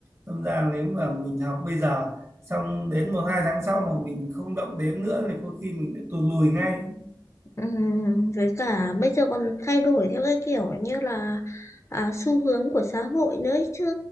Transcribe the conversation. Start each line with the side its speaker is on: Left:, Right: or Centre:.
Right: đâm ra nếu mà mình học bây giờ xong đến một hai tháng sau mà mình không động đến nữa thì có khi mình lại tụt lùi ngay
Left: Ừm, với cả bây giờ còn thay đổi theo cái kiểu như là à, xu hướng của xã hội nữa ấy chứ.